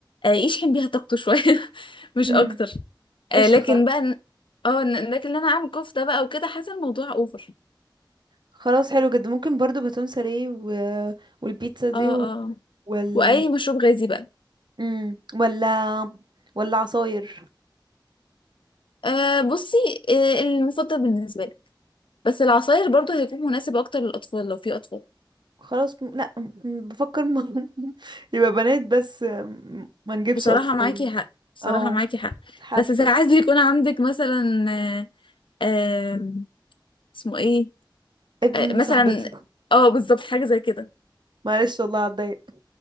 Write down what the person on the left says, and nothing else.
آه، يشحن بيها طاقته شوية <laughs> مش
أكتر آه،
لكن
بقى إن- اه إن- لكن إن أنا أعمل كفتة بقى وكده حاسة الموضوع أوفر
اه
اه
وأي مشروب غازي بقى
آه بصي آه المفضل بالنسبة لك بس العصاير برضو هيكون مناسب أكتر للأطفال لو في أطفال
بصراحة
معاكي
حق بصراحة
معاكي حق
بس ساعات بيكون عندك مثلا آه، آم، اسمه ايه
آه، مثلا
اه بالظبط حاجه زي كده